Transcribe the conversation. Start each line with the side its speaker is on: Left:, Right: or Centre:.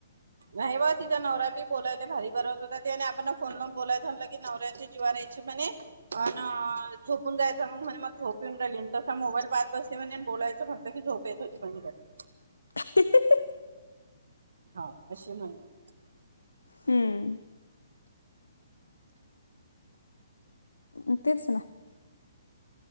Right: नाही बा तिथं नवरा बी बोलायला भारी बरळत होता आणि आपण फोन लावून बोलायच म्हणलं की नवऱ्याच्या जीवारय <inaudible> झोपून जायचं म्हणे अन मला झोप येऊ राहिली म्हणी मोबाईल पाहत बसती म्हणे. बोलायचं म्हणल की झोपयचचं म्हणजे काय.
Left: <inaudible>
Right: हो अशी म्हणे --
Left: हम्म. <inaudible> तेच ना.